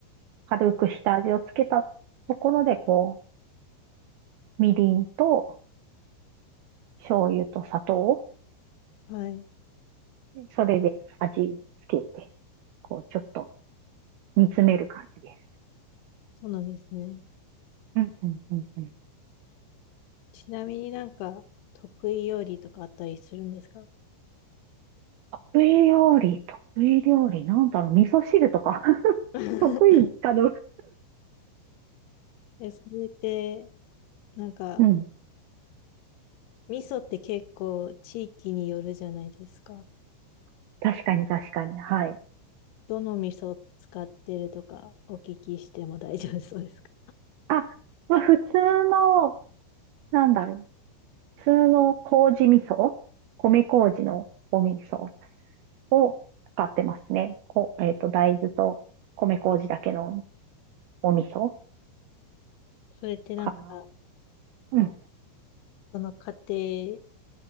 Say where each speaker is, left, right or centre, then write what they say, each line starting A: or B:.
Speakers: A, on the right; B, on the left.
A: 軽く下味をつけたところで、こう、みりんと醤油と砂糖を、
B: はい。
A: それで味付けて、こう、ちょっと煮詰める感じです。
B: そうなんですね。
A: うんうんうんうん
B: ちなみになんか得意料理とかあったりするんですか
A: 得意料理、得意料理、なんだろう、味噌汁とか <laughs>
B: <laughs>
A: 得意かどうか。
B: え、それってなんか
A: うん。
B: 味噌って結構地域によるじゃないですか。
A: 確かに確かに。はい。
B: どの味噌使ってるとかお聞きしても大丈夫そうですか
A: あ、まあ普通の、なんだろう、普通の麹味噌、米麹のお味噌を使ってますね。こ、えっと、大豆と米麹だけのお味噌
B: <laughs> それってなんか
A: かな。うん。
B: その家庭、